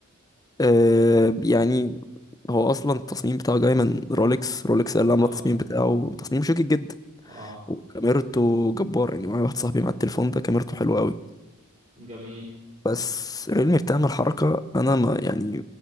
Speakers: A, on the left (about 15°); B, on the right (about 35°).
A: آه يعني هو اصلا التصميم بتاعه جاي من رولكس رولكس هي اللي
B: اه
A: عامله التصميم بتاعه تصميم شيك جدا
B: اه
A: وكاميرته جبار يعني معايا واحد صاحبي مع التليفون ده كاميرته حلوه قوي
B: جميل
A: بس ريلمي بتعمل حركه انا ما يعني